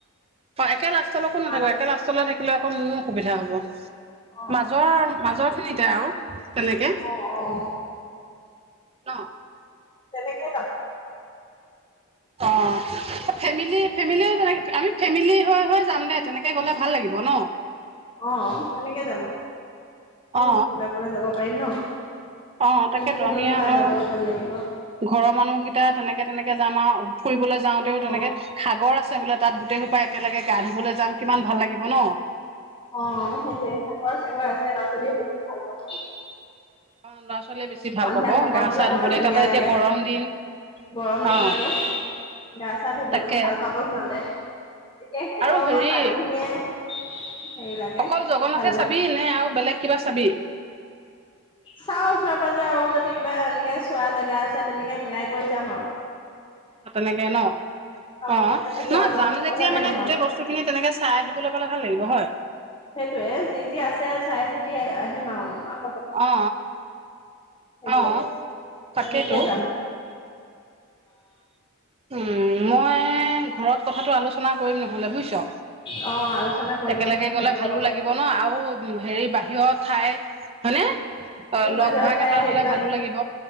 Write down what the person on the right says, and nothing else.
অ', একে লাষ্টলৈকো নাথাকো।
একে লাষ্ট থাকিলে আকৌ মোৰ অসুবিধা হব।
মাজৰ-মাজৰ খিনিতে আৰু তেনেকে।
ন?
অ', ফেমিলি ফেমিলিও তেনে, আমি ফেমিলি হৈ হৈ যাম দে তেনেকে গ'লে ভাল লাগিব ন।
অ
অ তাকেতো
আমি
আৰু
ঘৰৰ মানুহকেইটা তেনেকে তেনেকে যাম আও ফুৰিবলৈ যাওঁতেও তেনেকে
সাগৰ আছে বোলে তাত গোটেই সোপাই একেলগে গা ধুবলে যাম কিমান ভাল লাগিব ন।
ল'ৰা-ছোৱালীয়ে বেছি ভাল
পাব
গা
চা
ধুবলে
এতিয়া ক এতিয়া
গৰম দিন।
অ
তাকে
আৰু
হেৰি
অকল জগন্নাথে
চাবি নে আৰু বেলেগ কিবা চাবি?
তেনেকে ন
অ
নহ
যাম যেতিয়া
মানে
গোটেই বস্ত স্তুখিনি তেনেকে চাই আহিব পালে ভাল লাগিব হয়।
অ।
অ তাকেইতো
উম, মই ঘৰত কথাটো আলোচনা কৰিম নহলে বুজিছ।
একেলগে
গলে
ভালো লাগ গিব ন আৰু হেৰি বাহিৰৰ ঠাই হয়নে। অ
লগ
ভাগ
এটা
হলে ভালো লাগিব।